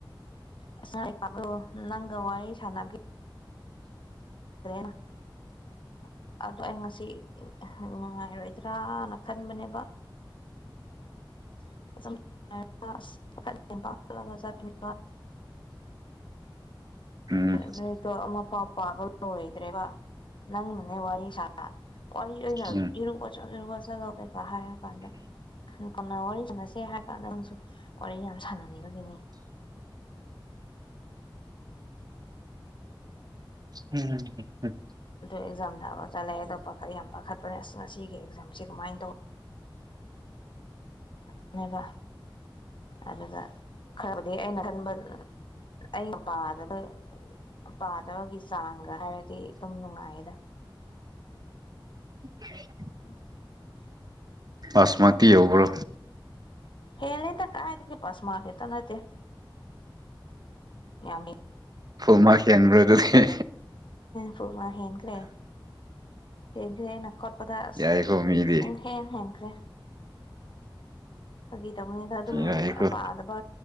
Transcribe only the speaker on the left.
<unintelligible> ꯅꯪꯒ ꯋꯥꯔꯤ ꯁꯥꯟꯅꯕꯤ <unintelligible> ꯑꯗꯣ ꯑꯩ ꯉꯁꯤ ꯅꯨꯡꯉꯥꯏꯔꯣꯏꯗ꯭ꯔꯅ ꯈꯟꯕꯅꯦꯕ <unintelligible>
ꯂꯥꯏꯔꯤꯛꯇꯣ ꯑꯃ ꯐꯥꯎ ꯄꯥꯕ ꯂꯣꯏꯗ꯭ꯔꯦꯕ ꯅꯪꯅꯅꯦ ꯋꯥꯔꯤ ꯁꯥ ꯋꯥꯔꯤ ꯑꯣꯏꯅ
ꯏꯔꯨꯕꯁꯨ ꯆꯠꯂꯣ ꯀꯩꯀꯥ ꯍꯥꯏꯔ ꯀꯥꯟꯗ ꯀ ꯋꯥꯔꯤ ꯁꯥꯟꯅꯁꯦ ꯍꯥꯏꯔ ꯀꯥꯟꯗ ꯅꯪꯁꯨ ꯋꯥꯔꯤꯅ ꯁꯥꯟꯅꯅꯤꯡꯕꯒꯤꯅꯤ
ꯑꯗ ꯑꯦꯛꯖꯥꯝ ꯊꯕꯒ ꯆꯠꯂꯛꯑ ꯑꯗꯣ ꯄꯥꯈꯠ ꯌꯥꯝ ꯄꯥꯈꯠꯄꯅꯦ ꯑꯁ ꯉꯁꯤꯒꯤ ꯑꯦꯛꯖꯥꯝꯁꯤ ꯀꯃꯥꯏꯅ ꯇꯧꯋ ꯀꯅꯦꯕ ꯑꯗꯨꯒꯗ ꯈꯔꯕꯨꯗꯤ ꯑꯩꯅ ꯈꯟꯕ ꯑꯩꯅ ꯄꯥꯕꯗ ꯄꯥꯗꯕꯒꯤ ꯆꯥꯡꯒ ꯍꯥꯏꯔꯗꯤ ꯑꯗꯨꯝ ꯅꯨꯡꯉꯥꯏꯗ
<inaudible>
ꯍꯦꯂꯗ ꯀꯥꯏꯇꯒꯤ ꯄꯥꯁ ꯃꯥ꯭ꯔꯛ ꯈꯛꯇ ꯅꯠꯇꯦ ꯌꯥꯝ
ꯐꯨꯜ ꯃꯥ꯭ꯔꯛ ꯍꯦꯟꯈ꯭ꯔꯦ ꯍꯦꯟꯈ꯭ꯔꯦꯅ ꯈꯣꯠꯄꯗ ꯑꯁ
ꯄꯨꯡ ꯍꯦꯟ ꯍꯦꯟꯈ꯭ꯔꯦ ꯐꯥꯒꯤ ꯇꯧꯕꯅꯤꯅ ꯑꯗꯨꯝ
ꯄꯥꯗꯕ